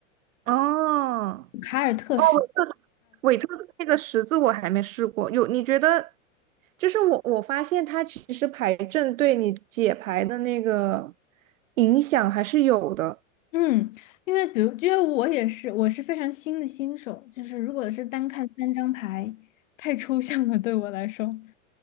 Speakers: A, on the right (about 85°); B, on the left (about 75°).
A: 哦，
B: 卡尔特十字
A: 哦，我韦特的那个十字我还没试过，有你觉得？就是我我发现它其实牌阵对你解牌的那个影响还是有的。
B: 嗯，因为比如，因为我也是，我是非常新的新手，就是如果是单看三张牌，太抽象了对我来说，